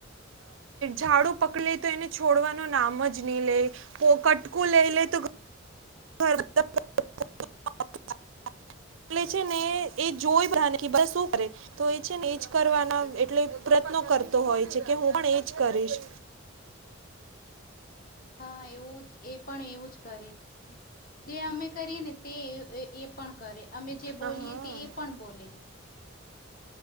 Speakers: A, on the right; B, on the left.
A: ઝાડુ પકડે તો એને છોડવાનું નામ જ નહી લે, કટકુ લ એ લ તો <unintelligible> એટલે છે ને એ જોય બધાને શું કરે તો એ છે ને એજ કરવાના એટલે પ્રયત્નો કરતો હોય છે કે હું પણ એજ કરીશ.
B: હ <inaudible> હા એવું જ એ પણ એવું જ કરે જે અમે કરીએ ને તે <unintelligible> એ પણ કરે અમે જે
A: હા
B: બોલીએ તે એ પણ બોલે